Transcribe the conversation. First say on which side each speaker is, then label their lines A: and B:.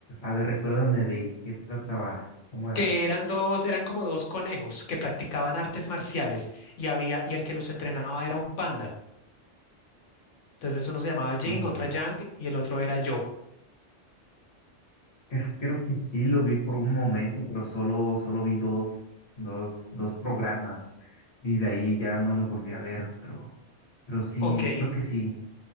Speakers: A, on the left; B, on the left.
A: a ver, recuérdame de qué trataba, cómo era.
B: que eran dos, eran como dos conejos que practicaban artes marciales y había, y el que los entrenaba era un panda. Entonces uno se llamaba Jin,
A: Anda.
B: otra Yang y el otro era yo.
A: Creo, creo que sí lo vi por un momento, pero solo, solo vi dos, dos, dos programas. Y de ahí ya no lo volví a ver, pero, pero sí,
B: Ok.
A: creo que sí.